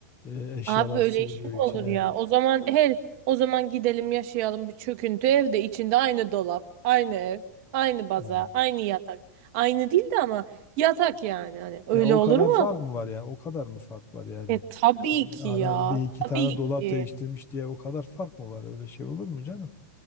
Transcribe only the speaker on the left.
e, eşyalar
sığıyor
içine
E,
ya o
kadar
fark mı var yani o kadar mı fark var yani
adam
bir iki
tane dolap
değiştirmiş diye o kadar fark mı var öyle şey olur mu canım?